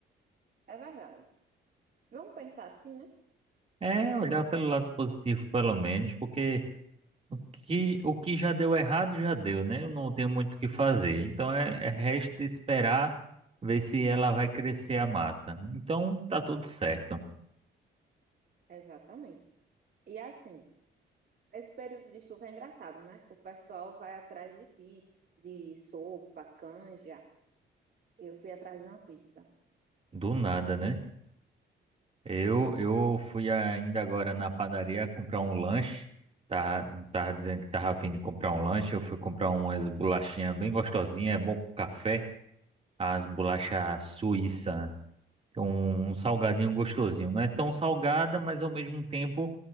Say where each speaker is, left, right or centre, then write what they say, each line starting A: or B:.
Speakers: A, on the right; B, on the right.
A: É verdade. Vamos pensar assim, né?
B: É olhar pelo lado positivo pelo menos, porque... O que, o que já deu errado, já deu, né? Eu não tenho muito o que fazer. Então, é, é- resta esperar ver se ela vai crescer a massa. Então, tá tudo certo.
A: Exatamente. E assim, esse período de chuva é engraçado, né? O pessoal vai atrás de pizza, de sopa, canja. Eu fui atrás de uma pizza.
B: Do nada, né? Eu, eu fui ainda agora na padaria comprar um lanche. Tava, tava dizendo que tava a fim de comprar um lanche. Eu fui comprar umas bolachinhas bem gostosinhas. É bom com café. As bolachas suíça Um um salgadinho gostosinho. Não é tão salgada, mas ao mesmo tempo